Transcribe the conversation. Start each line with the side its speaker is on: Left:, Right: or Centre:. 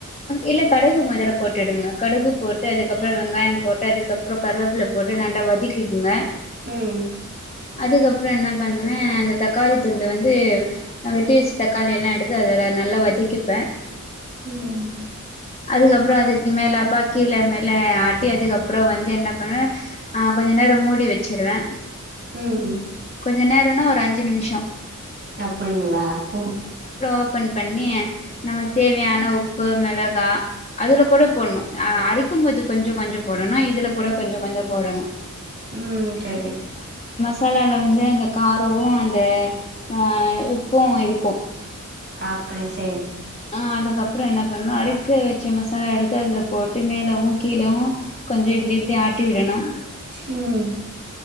Left: இல்ல கடுகு முதல்ல போட்டுடுங்க கடுகு போட்டு அதுக்கப்றோ வெங்காயம் போட்டு அதுக்கப்றோ கருவேப்பில போட்டு நல்லா வதக்குக்குங்க
Right: ம்
Left: அதுக்கப்றோ என்ன பண்ணுவேன் அந்த தக்காளி துண்டு வந்து வெட்டி வச்சு தக்காளி எல்லா எடுத்து அதுல நல்லா வதக்கிப்பேன்
Right: ம்
Left: அதுக்கப்றோ அதுக்கு மேல அப்பா கீழே மேல ஆட்டி அதுக்கப்றோ வந்து என்ன பண்ணுவேன் ஆ கொஞ்ச நேரம் மூடி வச்சுடுவேன்
Right: ம்
Left: கொஞ்ச நேரம்னா ஒரு அஞ்சு நிமிஷம்
Right: அப்டிங்களா சோ
Left: ஓப்பன் பண்ணி நமக்கு தேவையான உப்பு மெளகா அதுல கூட போடணும் அ அரைக்கும்போது கொஞ்சம் கொஞ்சம் போடணும் இதுல கூட கொஞ்சம் கொஞ்சம் போடணும்
Right: ம் செரி
Left: மசாலால வந்து அந்த காரம் அந்த ஆ உப்பும் இருக்கும்
Right: அப்டி செய்
Left: ஆ அதுக்கப்றோ என்ன பண்ணணும் அறுக்க வச்ச மசாலா எடுத்து அதுல போட்டு மேலேவும் கீழேவும் கொஞ்சம் இப்டி இப்டி ஆட்டி விடணும்
Right: ம்